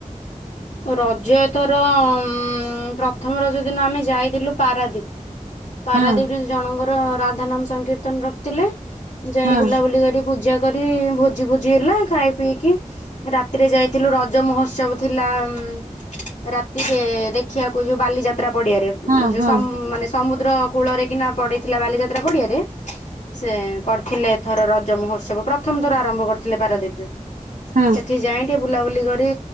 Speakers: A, on the left; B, on the right.
A: ରଜଏଥର ଉ ପ୍ରଥମ ରଜ ଦିନ ଆମେ ଯାଇଥିଲୁ ପାରାଦୀପ <inaudible> ପାରାଦେବୀ
B: ହଁ
A: ଜଣଙ୍କର ରାଧା ନାମ ସଂକୀର୍ତ୍ତନ ରଖିଥିଲେ ଯାଇ
B: ହଁ
A: ବୁଲାବୁଲି କରି ପୂଜା କରି ଭୋଜି ଭୋଜି ହେଲା ଖାଇ ପିଇକି ରାତିରେ ଯାଇଥିଲୁ ରଜ ମହୋତ୍ସବ ଥିଲା ଉ ରାତିରେ ଦେଖିବାକୁ ଯୋଉ ବାଲିଯାତ୍ରା ପଡିଆରେ ଉ
B: ହଁ
A: ଯୋଉ
B: ହଁ
A: ସମ୍ ମାନେ ସମୁଦ୍ର କୂଳରେ କିନା ପଡିଇଥିଲା ବାଲିଯାତ୍ରା ପଡିଆରେ ସେ କରିଥିଲେ ଏଥର ରଜ ମହୋତ୍ସବ ପ୍ରଥମ ଥର ଆରମ୍ଭ କରିଥିଲେ ପାରାଦୀପରେ
B: ହଁ
A: ସେଠି ଯାଇ ଟିକେ ବୁଲାବୁଲି କରି